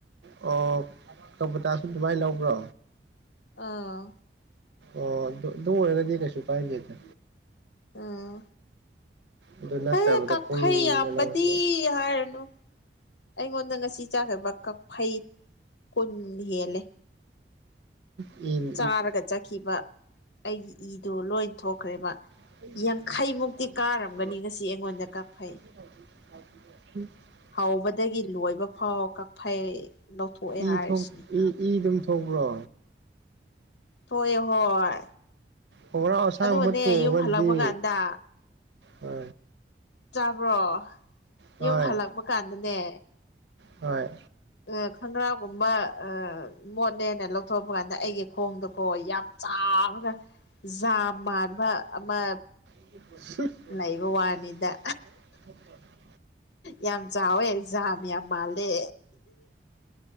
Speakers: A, on the right; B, on the left.
A: ꯑꯣ ꯀꯕꯣꯇꯥꯁꯨ ꯑꯗꯨꯃꯥꯏ ꯂꯧꯕ꯭ꯔꯣ
B: ꯑꯥ
A: ꯑꯣ ꯗꯣ ꯑꯗꯨ ꯑꯣꯏꯔꯒꯗꯤ ꯀꯩꯁꯨ ꯀꯥꯏꯗꯦꯗ
B: ꯑꯥ
A: ꯑꯗꯨ ꯅꯠꯇꯕꯗ
B: ꯑꯦ ꯀꯛꯐꯩ
A: ꯄꯨꯡ
B: ꯌꯥꯝꯕꯗꯤ
A: ꯀꯩꯅꯣꯗꯤ
B: ꯍꯥꯏꯔꯅꯨ ꯑꯩꯉꯣꯟꯗ ꯉꯁꯤ ꯆꯥꯒ꯭ꯔꯕ ꯀꯛꯐꯩ ꯀꯨꯟ ꯍꯦꯜꯂꯦ
A: ꯎꯝ
B: ꯆꯥꯔꯒ ꯆꯠꯈꯤꯕ ꯑꯩꯒꯤ ꯏꯗꯨ ꯂꯣꯏ ꯊꯣꯛꯈ꯭ꯔꯦꯕ
A: <inaudible>
B: ꯌꯥꯡꯈꯩꯃꯨꯛꯇꯤ ꯀꯥꯔꯝꯒꯅꯤ ꯉꯁꯤ ꯑꯩꯉꯣꯟꯗ ꯀꯛꯐꯩ ꯍꯧꯕꯗꯒꯤ ꯂꯣꯏꯕ ꯐꯥꯎ ꯀꯛꯐꯩ ꯂꯧꯊꯣꯛꯑꯦ
A: ꯏ
B: ꯍꯥꯏꯔꯤꯁꯤꯅꯤ
A: ꯏ ꯏ ꯑꯗꯨꯝ ꯊꯧꯕ꯭ꯔꯣ
B: ꯊꯣꯏꯑ ꯍꯣꯏ
A: ꯑꯣꯒꯔꯥ ꯑꯁꯥꯡꯕ
B: ꯑꯗꯨꯒꯅꯦ
A: ꯇꯣꯡꯒꯗꯤ
B: ꯌꯨꯝ ꯍꯜꯂꯛꯄ ꯀꯥꯟꯗ
A: ꯍ
B: ꯆꯥꯕ꯭ꯔꯣ
A: ꯍꯣꯏ
B: ꯌꯨꯝ ꯍꯜꯂꯛꯄ ꯀꯥꯟꯗꯅꯦ
A: ꯍꯣꯏ
B: ꯑ ꯈꯪꯒ꯭ꯔꯥꯒꯨꯝꯕ ꯑ ꯃꯣꯠꯅꯦꯅ ꯂꯧꯊꯣꯔꯛꯄ ꯀꯥꯟꯗ ꯑꯩꯒꯤ ꯈꯣꯡꯗꯣꯀꯣ ꯌꯥꯝ ꯆꯥꯔꯒ ꯖꯥ ꯃꯥꯟꯕ ꯑꯃ
A: ꯍꯨꯝ
B: ꯂꯩꯕ ꯋꯥꯅꯤꯗ ꯌꯥꯝ ꯆꯥꯎꯋꯦ ꯖꯥꯝ ꯌꯥꯝ ꯃꯥꯜꯂꯦ